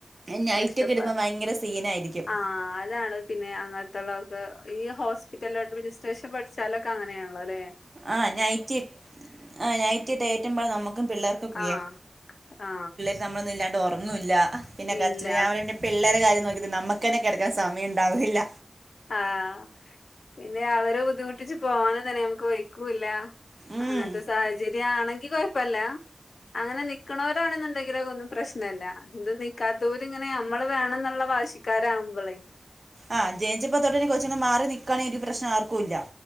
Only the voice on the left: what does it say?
കഷ്ടപ്പാ
ആഹ്. അതാണ് പിന്നെ അങ്ങനത്ത്ള്ളൊക്കെ, ഈ ഹോസ്പിറ്റൽ അഡ്മിനിസ്ട്രേഷൻ പഠിച്ചാലൊക്കെ അങ്ങനേണ്ള്ളൊലേ?
ആഹ് ആഹ്.
ഇല്ല
ആഹ് പിന്നെ അവരെ ബുദ്ധിമുട്ടിച്ച് പോവാനും തന്നെ ഞമ്മക്ക് വെയ്ക്കൂല്ല
ആഹ് അങ്ങത്തെ സാഹചര്യാണെങ്കി കൊഴപ്പല്ല അങ്ങനെ നിക്കണോരാണെന്ന്ട്ടെങ്കില് അതൊന്നും പ്രശ്നല്ല ഇത് നിക്കാത്തോര് ഇങ്ങനെ ഞമ്മള് വേണന്നുള്ള വാശിക്ക് ക്കാരാവുമ്പളെ